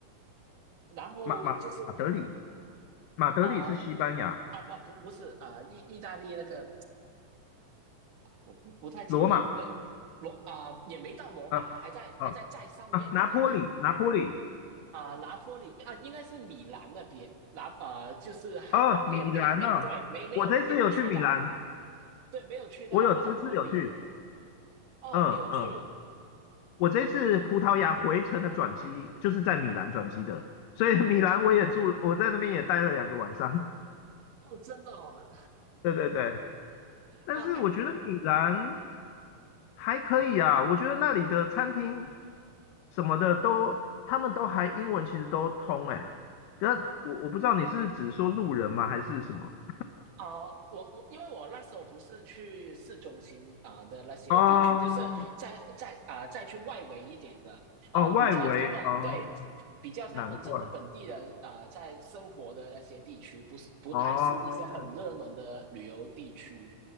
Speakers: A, on the right (about 65°); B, on the left (about 75°).
A: 然后就是
B: 马马马德里，马德里是西班牙，
A: 啊啊不不不是啊意意大利那个啊我不不太记得那
B: 罗马
A: 罗啊也没到罗马，
B: 啊啊
A: 还在还在再上面一点点
B: 啊，拿坡里，拿坡里
A: 啊拿坡里啊应该是米兰那边拿啊就是还也没没对没没有没有去到
B: 啊，米兰呢、我这次有去米兰，
A: 对没有去到拿坡里
B: 我有这次有去，
A: 哦你有去
B: 嗯嗯，我这次葡萄牙回程的转机就是在米兰转机的，所以米兰我也住了我在那边也待了两个晚上，
A: 哦真的哦。
B: <laughs> 对对对，但是我觉得米兰
A: 啊，但
B: 还可以啊，我觉得那里的餐厅什么的都，他们都还英文其实都通哎、那我我不知道你是指说路人吗，还是什么？
A: 啊、呃我我因为我那时候不是去市中心啊、呃的那些地区，
B: 哦
A: 就是在在啊、呃再去外围一点的啊、
B: 哦，
A: 呃比较他们对比较他们真的本地人啊、
B: 外围哦，难怪
A: 呃在生活的那些地区，不是不太是一些很热门的旅游地区，
B: 哦